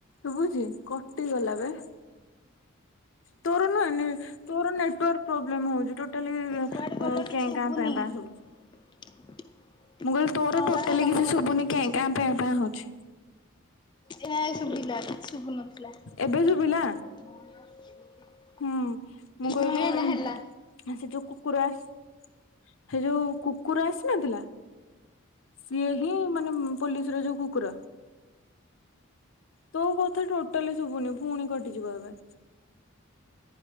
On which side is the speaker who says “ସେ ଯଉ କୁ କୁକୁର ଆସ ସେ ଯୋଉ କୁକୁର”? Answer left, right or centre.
Left